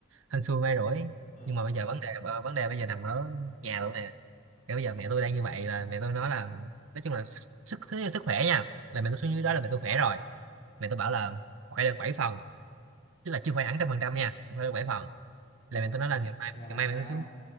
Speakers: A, on the right; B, on the left.
A: hên xui may rủi
B: ờ,
A: nhưng mà bây giờ vấn đề ờ, vấn đề bây giờ nằm ở nhà luôn nè kiểu bây giờ mẹ tôi đang như vậy là mẹ tôi nói là nói chung là sức sức, sức, sức khỏe nha là mẹ tôi xuống dưới đó là mẹ tôi khỏe rồi mẹ tôi bảo là khỏe được bảy phần tức là chưa khỏe hẳn trăm phần trăm nha khỏe được bảy phần
B: ờ,
A: là mẹ tôi nói là ngày mai
B: là
A: ngày mai mẹ
B: à
A: tôi xuống